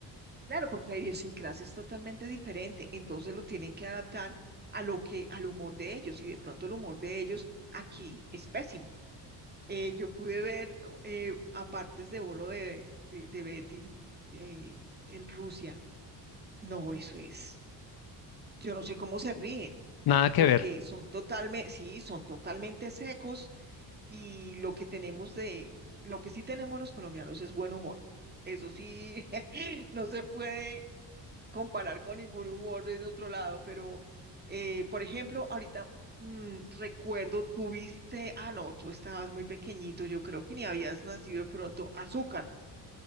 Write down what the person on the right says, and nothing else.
Claro, porque la idiosincrasia es totalmente diferente, entonces lo tienen que adaptar a lo que, al humor de ellos, y de pronto el humor de ellos aquí es pésimo. Eh, yo pude ver eh, a partes de bolo de, de, de Betty eh, en Rusia. No, eso es. Yo no sé cómo se ríen,
porque
son totalmente, sí, son totalmente secos y lo que tenemos de, lo que sí tenemos los colombianos es buen humor. Eso sí, <laughs> no se puede comparar con ningún humor de otro lado, pero, eh, por ejemplo, ahorita mm, recuerdo, tuviste, ah, no, tú estabas muy pequeñito, yo creo que ni habías nacido de pronto, azúcar.